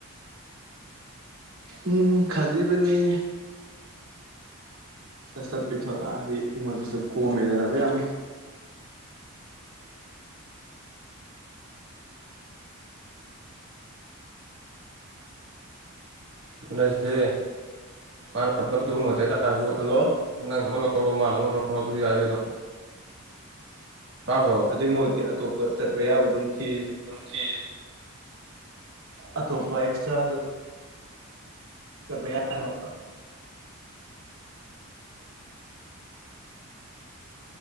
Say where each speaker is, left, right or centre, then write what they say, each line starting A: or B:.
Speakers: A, on the right (about 85°); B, on the right (about 60°).
A: ꯎꯝ ꯈꯜꯂꯤꯕꯅꯤ ꯁꯠ ꯁꯠ ꯄꯤꯊꯣꯂꯛꯑꯗꯤ ꯑꯩꯉꯣꯟꯗꯁꯨ ꯀꯣꯝꯃꯦꯗꯅ ꯃꯌꯥꯝ
B: ꯑꯗꯨꯅꯦꯍꯥꯏꯁꯦ ꯃꯅꯥ ꯄꯨꯂꯞ ꯄꯣꯊꯣ ꯅꯨꯡꯉꯥꯏꯇꯦ ꯍꯥꯏꯇꯥꯥꯔꯁꯨ
A: ꯍꯜꯂꯣ
B: ꯅꯪꯅ ꯑꯃ ꯂꯧꯔꯣ ꯃꯥꯅ ꯑꯃ ꯂꯧꯔꯣ ꯑꯗꯨꯗꯤ ꯌꯥꯔꯦ ꯀꯩꯅꯣ ꯇꯥꯗ꯭ꯔꯣ
A: ꯑꯗꯨꯏ ꯃꯍꯨꯠꯇꯤ ꯑꯇꯣꯞꯄ ꯆꯠꯄ ꯌꯥꯕ ꯑꯗꯨꯝ ꯊꯤꯔꯤ
B: ꯄꯨꯡꯊꯤ
A: ꯑꯇꯣꯞꯄ ꯑꯦꯛꯁꯇ꯭ꯔꯥ ꯆꯠꯄ ꯌꯥꯔꯕꯣ